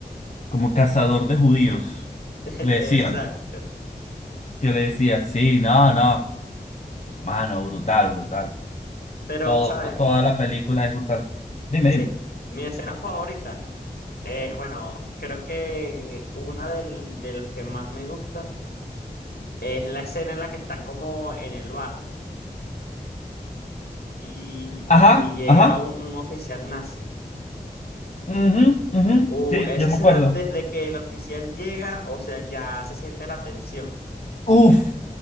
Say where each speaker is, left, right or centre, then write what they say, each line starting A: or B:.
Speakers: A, on the left; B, on the left.
A: Como cazador de judíos.
B: <laughs>
A: Le decían,
B: Exacto.
A: que le decían, sí, no, no. Mano, brutal, brutal.
B: Pero,
A: Todo,
B: ¿sabes?
A: toda la película es brutal. Dime,
B: Sí,
A: dime.
B: mi escena favorita, eh, bueno, creo que una del- de las que más me gusta es la escena en la que están como en el bar y,
A: Ajá,
B: y- y llega
A: ajá.
B: un, un oficial nazi.
A: ujú, ujú,
B: Uh,
A: Sí,
B: esa
A: yo
B: escena,
A: me acuerdo.
B: desde que el oficial llega, o sea, ya se siente la tensión.
A: Uf,